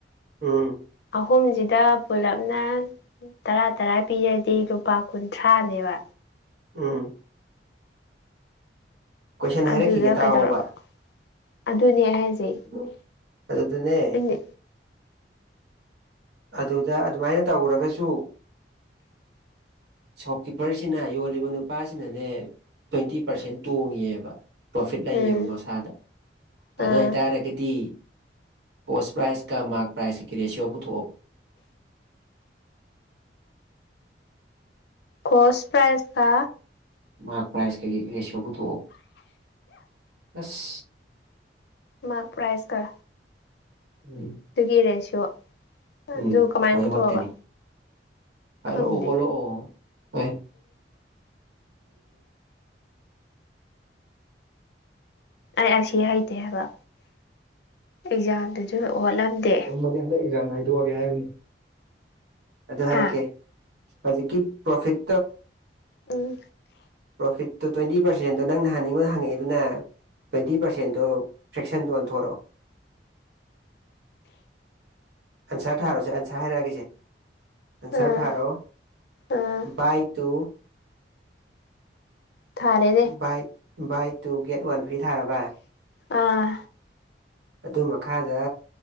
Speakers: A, on the right; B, on the left.
A: ꯎꯝ
B: ꯑꯍꯨꯝꯁꯤꯗ ꯄꯨꯂꯞꯅ ꯇꯔꯥ ꯇꯔꯥ ꯄꯤꯔꯗꯤ ꯂꯨꯄꯥ ꯀꯨꯟꯊ꯭ꯔꯥꯅꯦꯕ
A: ꯎꯝ ꯀꯣꯏꯁꯟ
B: ꯑꯗꯨꯗ
A: ꯍꯥꯏꯔꯛꯈꯤꯒꯦ ꯇꯥꯑꯣꯕ
B: ꯀꯩꯗꯧꯔꯕ ꯑꯗꯨꯅꯦ ꯍꯥꯏꯁꯦ
A: <unintelligible> ꯑꯗꯨꯗꯅꯦ
B: ꯑꯩꯅ
A: ꯑꯗꯨꯗ ꯑꯗꯨꯃꯥꯏꯅ ꯇꯧꯒꯔꯒꯁꯨ
B: <inaudible>
A: ꯁꯣꯞꯀꯤꯞꯄꯔꯁꯤꯅ ꯌꯣꯜꯂꯤꯕ ꯅꯨꯄꯥꯁꯤꯅꯅꯦ ꯇ꯭ꯋꯦꯟꯇꯤ ꯄꯥꯔꯁꯦꯟ ꯇꯣꯡꯉꯦꯕ ꯄ꯭ꯔꯣꯐꯤꯠ ꯂꯩꯌꯦꯕ
B: ꯎꯝ
A: ꯃꯁꯥꯗ
B: ꯑꯥ
A: ꯑꯗꯣꯏꯇꯥꯔꯒꯗꯤ ꯀꯣꯁ ꯄ꯭ꯔꯥꯏꯖꯀ ꯃꯥꯛ ꯄ꯭ꯔꯥꯏꯁꯀꯒꯤ ꯔꯦꯁꯤꯌꯣ ꯄꯨꯊꯣꯛꯑꯣꯕ
B: ꯀꯣꯁ ꯄ꯭ꯔꯥꯏꯁꯀ
A: ꯃꯥꯔꯛ ꯄ꯭ꯔꯥꯏꯁ ꯀꯥꯒꯤ ꯔꯦꯁꯤꯌꯣ ꯄꯨꯊꯣꯛꯑꯣ ꯑꯁ
B: ꯃꯥꯔꯛ ꯄ꯭ꯔꯥꯏꯁꯀ
A: ꯎꯝ
B: ꯑꯗꯨꯒꯤ ꯔꯦꯁꯤꯌꯣ ꯑꯗꯨ
A: ꯎꯝ
B: ꯀꯃꯥꯏꯅ
A: ꯀꯥꯃꯥꯏ
B: ꯄꯨꯊꯣꯛꯑꯕ
A: ꯍꯣꯠꯀꯅꯤ ꯍꯥꯏꯔꯛꯑꯣ
B: ꯈꯪꯗꯦ
A: ꯍꯂꯣꯛꯑꯣ ꯑꯦ
B: ꯑꯩ ꯑꯁꯤ ꯍꯩꯇꯦ ꯍꯥꯏꯕ ꯑꯦꯛꯖꯥꯝꯗꯖꯨ ꯍꯣꯠꯂꯝꯗꯦ
A: <unintelligible> ꯑꯦꯛꯖꯥꯝꯗ ꯍꯥꯏꯗꯣꯛꯑꯒꯦ ꯍꯥꯏꯕꯅꯤ ꯑꯗꯨ ꯍꯥꯏꯔꯛꯀꯦ
B: ꯍꯥ
A: ꯍꯧꯖꯤ ꯄ꯭ꯔꯣꯐꯤꯠ
B: ꯎꯝ
A: ꯄꯔꯣꯐꯤꯠ ꯇꯣ ꯇ꯭ꯋꯦꯟꯇꯤ ꯄꯥꯔꯁꯦꯟꯗꯣ ꯅꯪ ꯅꯍꯥꯟ ꯑꯩꯉꯣꯟꯗ ꯍꯪꯉꯛꯑꯦꯗꯅ ꯇ꯭ꯋꯦꯟꯇꯤ ꯄꯔꯁꯦꯟꯗꯣ ꯐ꯭ꯔꯦꯛꯁꯟꯗ ꯑꯣꯟꯊꯣꯔꯛꯑꯣ ꯑꯟꯁꯔ ꯊꯥꯔꯣꯁꯦ ꯑꯟꯁꯥꯔ ꯍꯥꯏꯔꯛꯑꯒꯦꯁꯦ ꯑꯟꯁꯔ
B: ꯑꯥ
A: ꯊꯥꯔꯣ
B: ꯑꯥ
A: ꯕꯥꯥꯏ ꯇꯨ
B: ꯊꯥꯔꯦ
A: buy buy two get one free ꯊꯥꯔꯕ
B: ꯑꯥ
A: ꯑꯗꯨ ꯃꯈꯥꯗ